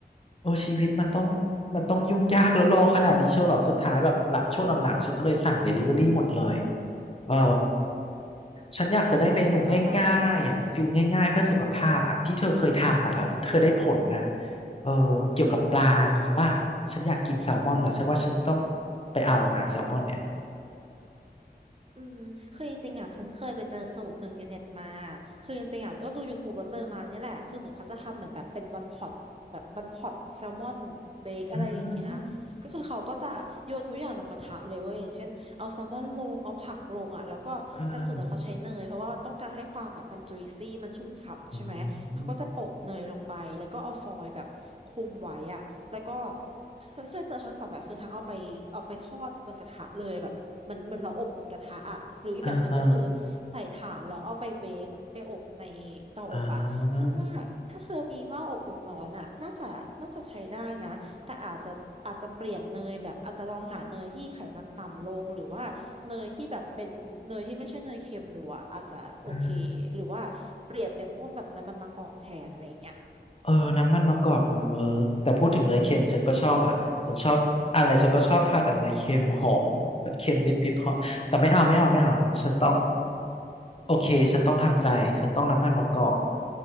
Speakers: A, on the left (about 35°); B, on the right (about 35°).
A: โอ้ชีวิตมันต้องมันต้องยุ่งยากแล้วรอขนาดนี้เชียวเหรอสุดท้ายแบบหลังช่วงหลังๆฉันก็เลยสั่งเดลิเวอรี่หมดเลย เออฉันอยากจะได้เมนูง่ายๆอ่ะฟิลง่ายๆเพื่อสุขภาพอ่ะที่เธอเคยทำอ่ะแล้วเธอได้ผลน่ะ
B: เอ้ยฉันเข้าใจ
A: เออเกี่ยวกับปลามีป่ะฉันอยากกินแซลมอนละฉันว่าฉันต้องไปเอามาแซลมอนเนี่ย
B: อืมคือจริงๆอ่ะฉันเคยไปเจอสูตรหนึ่งในเน็ตมาคือจริงๆอ่ะก็ดู YouTube แล้วเจอมาเนี่ยแหละคือเหมือนเขาจะทำเหมือนแบบเป็นวันพอตแบบวันพอตแซลมอนเบคอะไรอย่างเงี้ย
A: อืม
B: ก็คือเขาก็จะโยนทุกอย่างลงกระทะเลยเว้ยอย่างเช่นเอาแซลมอนลงเอาผักลงอ่ะแล้วก็แต่สูตรเนี่ยเขาใช้เนยเพราะว่าต้องการให้ความแบบมันจุยซี่มันชุ่มฉ่ำใช่ไหมเขาก็จะโปะเนยลงไปแล้วก็เอาฟอยล์แบบคลุมไว้อ่ะแล้วก็
A: เอออืม
B: ฉันเคยเจอทั้งสองแบบคือทั้งเอาไปเอาไปทอดบนกระทะเลยแบบ เหมือนเหมือนเราอบบนกระทะอ่ะหรืออีกแบบหนึ่งก็คือ
A: เออเออ
B: ใส่ถ่านแล้วเอาไปเบคไปอบในเตาอบอ่ะฉันว่าถ้าเธอมีหม้ออบลมร้อนอ่ะน่าจะน่าจะใช้ได้นะแต่อาจจะอาจจะเปลี่ยนเนยแบบอาจจะลองหาเนยที่ไขมันต่ำลงหรือว่าเนยที่แบบเป็นเนยที่ไม่ใช่เนยเค็มดูอ่ะอาจจะโอเค
A: อ่าอืม
B: หรือว่าเปลี่ยนเป็นพวกแบบน้ำมันมะกอกแทนอะไรอย่างเงี้ย
A: เออน้ำมันมะกอกดูเวิร์กแต่พูดถึงเนยเค็มฉันก็ชอบอ่ะฉันชอบอะไรฉันก็ชอบทากับเนยเค็มหอมแบบเค็มนิดๆหอมแต่ไม่เอาไม่เอาไม่เอาฉันต้องโอเคฉันต้องทำใจฉันต้องน้ำมันมะกอก